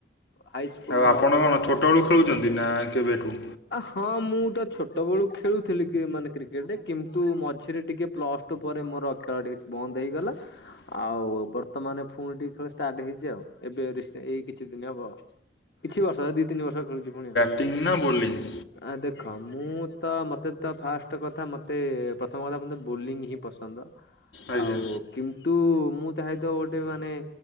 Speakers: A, on the left; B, on the left.
A: ହାଇସ୍କୁଲ
B: ଆଉ
A: ମାନେ
B: ଆପଣ
A: ଅଧିକ
B: କଣ ଛୋଟବେଳୁ ଖେଳୁଚନ୍ତି ନା କେବେଠୁ?
A: ଆ ହଁ ମୁଁ ତ ଛୋଟବେଳୁ ଖେଳୁଥିଲି କି ମାନେ କ୍ରିକେଟେ କିନ୍ତୁ ମଝିରେ ଟିକେ ପ୍ଲସ୍ ଟୁ ପରେ ମୋର ଖେଳ ଟିକେ ଚ୍ ବନ୍ଦ ହେଇଗଲା
B: ହ
A: ଆଉ ବର୍ତ୍ତମାନେ ଫୁଣି ଟିକେ ଖେଳ ଷ୍ଟାର୍ଟେ ହେଇଚି ଆଉ ଏବେ ରିସେ ଏଇ କିଛି ଦିନ ହବ। କିଛି ବର୍ଷ ଏ ଦିଇ ତିନି ବର୍ଷ ଖେଳୁଚି ପୁଣି।
B: ବ୍ୟାଟିଙ୍ଗ୍ ନା ବୋଲିଙ୍ଗ୍?
A: ଆ ଦେଖ ମୁଁ ତ ମତେ ତ ଫାଷ୍ଟେ କଥା ମତେ ପ୍ରଥମ କଥା ବୋଲିଂ ହିଁ ପସନ୍ଦ
B: ଆଜ୍ଞା
A: ଆଉ କିନ୍ତୁ ମୁଁ ଚାହେଁତ ତ ଗୋଟେ ମାନେ